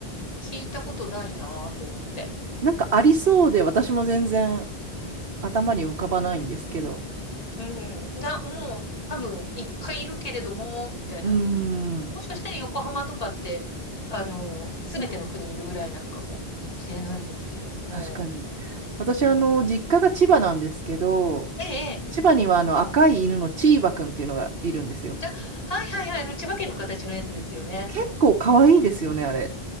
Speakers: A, on the left; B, on the right.
A: 聞いたことないなと思って。
B: なんかありそうで、私も全然頭に浮かばないんですけど。
A: うん。いや、もう、多分、いっぱいいるけれども、みたいな。
B: うーん、
A: もしかしたら横浜とかって、あの、すべての国いるぐらいなのかもしれないですけれども。
B: 確かに。私、あの、
A: うん。
B: 実家が千葉なんですけど、
A: ええ、ええ。
B: 千葉にはあの赤い犬のチーバくんっていうのがいるんですよ。
A: あ、はいはいはい。あの、千葉県の形のやつですよね。
B: 結構可愛いですよね、あれ。